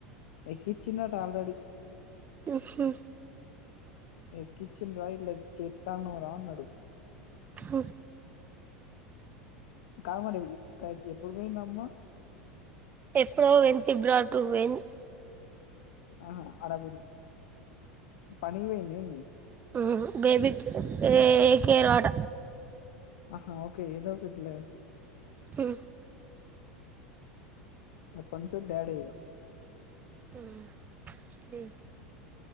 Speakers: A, on the left; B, on the right.
A: ఎక్కిచ్చిన్ అట ఆల్రెడీ
B: ఉహూ
A: ఎక్కిచ్చిన్ రా ఇట్లా చేత్తాన్నవ్ రా అన్నడు
B: హ
A: కాదు మరి ఎప్పుడు పోయింది అమ్మ
B: ఎప్పుడో పోయింది ఫిబ్రవరి టూ కి పోయింది
A: ఆ ఆడపులి పనికి పొయిందేమి
B: ఊ బేబీ కే ఏ కేర్ ఆట
A: ఆహా ఓకే ఏదో ఒకట్లే
B: హు
A: అప్ప నుంచో డాడీ ఇగా
B: ఆ లేే